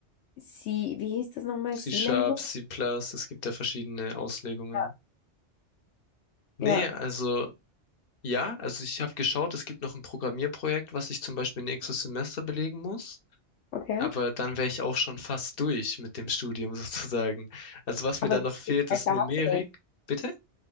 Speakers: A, on the left (about 75°); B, on the left (about 55°).
A: C, wie hieß das nochmal?
B: C-Sharp,
A: C-Language?
B: C++, es gibt da verschiedene Auslegungen.
A: Ja.
B: Nee,
A: Ja,
B: also ja, also ich habe geschaut, es gibt noch ein Programmierprojekt, was ich zum Beispiel nächstes Semester belegen muss.
A: okay.
B: Aber dann wäre ich auch schon fast durch mit dem Studium <laughs> sozusagen. Also was
A: Aber
B: mir dann
A: wie
B: noch fehlt,
A: viele Semester
B: ist Numerik.
A: hast du denn?
B: Bitte?